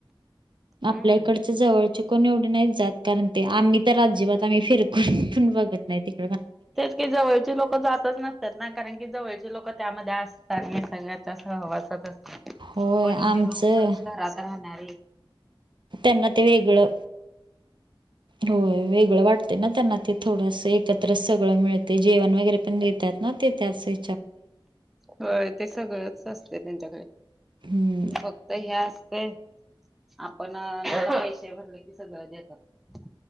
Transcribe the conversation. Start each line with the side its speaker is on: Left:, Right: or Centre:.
Centre: हम्म.
Right: आपल्या इकडच जवळ चुकून एवढे नाही जात, कारण ते आम्ही तर अजिबात, आम्ही फिरकून पण बघत नाही तीक
Centre: तेच की जवळची लोक जातच नसतात ना, कारण की जवळची लोक त्यामध्ये अस हे सगळ्याच्या सहवासात असते,
Right: होय
Centre: कोणीही
Right: आमचं
Centre: लोग जाऊन शहरात राहणारे.
Right: त्यांना ते वेगळं, होय. वेगळं वाटतय ना त्यांना ते थोडंसं एकत्र सगळं मिळतय, जेवण वगैरे पण देतात. ना ते त्यासे
Centre: होय ते सगळंच असते त्यांच्याकडे.
Right: हम्म
Centre: फक्त ह्या होय आपण पैसे भरलं की सगळं देतात.